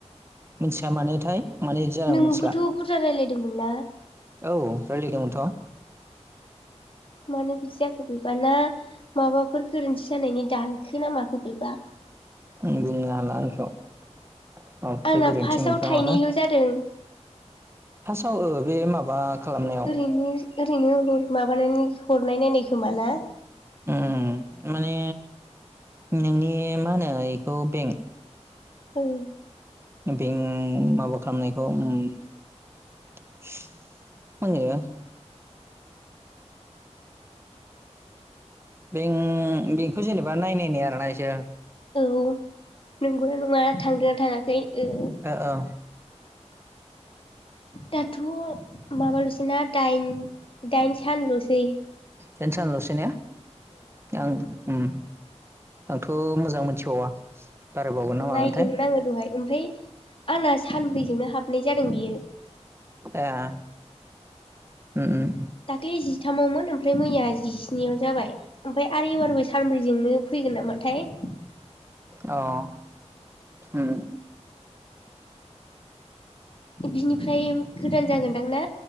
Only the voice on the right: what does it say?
मिथिया मानोथाय माने जादों
मिथिला
औ रायलायदोंमोनथ'
अम बुंनो हाला आं बेखौ माबाफोरसो
गोरोन्थि
मोनखोना
माखो।
फासाआव ओ बे माबा खालामनायाव
अम माने नोंनि मा होनो इखौ बेंक
बेंक माबा खालामनायखौ उम <unintelligible> बें-बेंकखौ जेनेबा नाय नायनाय आरोना बिसोरो
ओ ओ
दाइनसान लसै ने? आं ओम आंथ' मोजां मोनथिबावा बारायबावगोन ना मागोनथाय
एह उम उम
अह उम